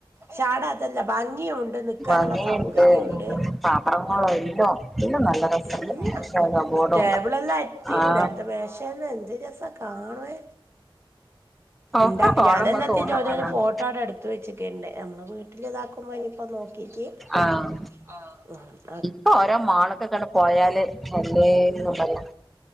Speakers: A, on the right; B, in the centre.
A: ചാട അതല്ല ഭംഗിയുണ്ട് നിക്കാനുള്ള
B: ഭംഗിയുണ്ട്
A: സൗകര്യുണ്ട്
B: ഉം പാത്രങ്ങളും എല്ലോം എല്ലോം നല്ല രസണ്ട്
A: എല്ലാ
B: പക്ഷെ കബോർഡും
A: ടേബിളല്ലാം അടിപൊളിയ
B: ആഹ്
A: അടുത്ത മേശന്ന് എന്ത് രസാ കാണാന്
B: ഒക്കെ
A: ഉണ്ടാക്കി
B: കാണുമ്പോ
A: ഞാനെല്ലാത്തിൻ്റെ
B: തോന്നും
A: ഒരോരോ
B: അങ്ങനെ
A: ഫോട്ടോടെ എടുത്ത് ക്കണ്ട് നമ്മെ വീട്ടില ഇതാക്കുമ്പോപ്പോ നോക്കിട്ട്
B: ആഹ്
A: ആഹ
B: ഇപ്പൊ ഓരോ മാളക്കെ ക്കെ ആണ്ട് പോയാല് എല്ലേതും പറയാ